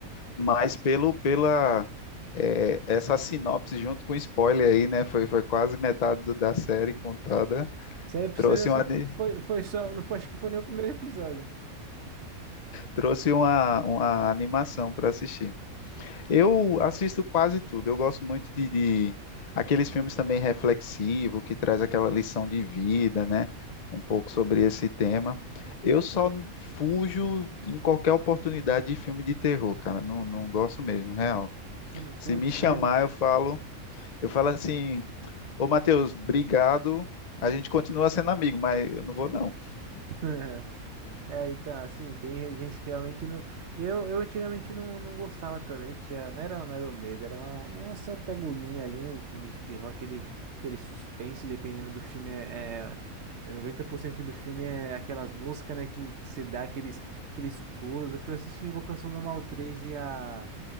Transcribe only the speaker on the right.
Isso aí pra
você ver, só-
foi, foi só, não foi, acho que foi nem o primeiro episódio.
Você não curte
mesmo?
<laughs> É, então, assim, tem gente que realmente não. Eu, eu antigamente não, não gostava também, tinha, não era, não era o medo, era uma, uma certa agonia ali, né, de filmes de terror, aquele, aquele suspense, dependendo do filme, é, é 90% do filme é aquelas músicas, né, que você dá aqueles, aqueles pulos. Eu fui assistir Invocação do Mal 3 e a,